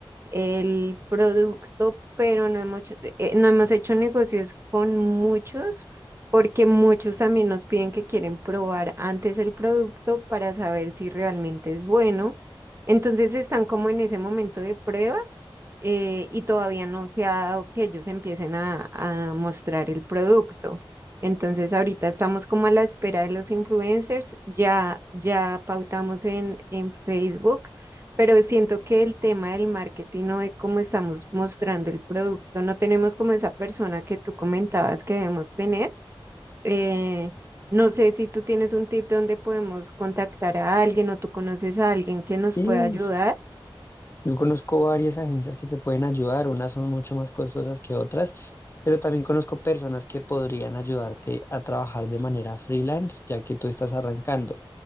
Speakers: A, on the right (about 30°); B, on the left (about 30°).
A: el producto, pero no hemos, hecho- eh, no hemos hecho negocios con muchos porque muchos también nos piden que quieren probar antes el producto para saber si realmente es bueno. Entonces están como en ese momento de prueba eh, y todavía no se ha dado que ellos empiecen a, a mostrar el producto. Entonces ahorita estamos como a la espera de los influencers, ya, ya pautamos en, en Facebook, pero siento que el tema del marketing o de cómo estamos mostrando el producto, no tenemos como esa persona que tú comentabas que debemos tener. Eh, no sé si tú tienes un tip donde podemos contactar a alguien o tú conoces a alguien que
B: Sí,
A: nos pueda ayudar.
B: Yo conozco varias agencias que te pueden ayudar, unas son mucho más costosas que otras, pero también conozco personas que podrían ayudarte a trabajar de manera freelance, ya que tú estás arrancando.